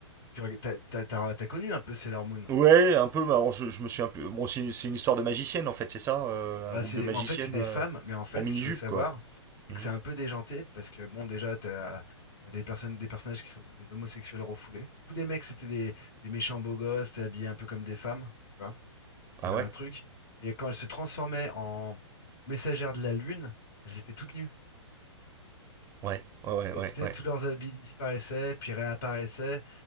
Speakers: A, on the left (about 50°); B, on the right (about 20°).
A: Tu reg- T'as t'as- t'as- t'as connu un peu Sailor Moon?
B: ouais un peu. mais Alors je, je me suis un peu, bon c'est c'est une histoire de magicienne en fait, c'est ça, euh,
A: Bah,
B: un groupe
A: c'est,
B: de magiciennes
A: mais en fait, c'est des
B: euh,
A: femmes, mais en fait,
B: en mini
A: ce qu'il faut
B: jupe
A: savoir,
B: quoi.
A: c'est
B: Mhm.
A: que c'est un peu déjanté, parce que bon, déjà, t'as, t'as des personnes, des personnages qui sont des homosexuels refoulés. Tous les mecs, c'était des, des méchants beaux gosses, t'es habillé un peu comme des femmes, tu vois. Il
B: Ah
A: y avait
B: ouais,
A: un truc. Et quand elles se transformaient en messagères de la lune, elles étaient toutes nues.
B: ouais, ouais, ouais,
A: T'sais-
B: ouais,
A: t'sais,
B: ouais.
A: tous leurs habits disparaissaient, puis réapparaissaient.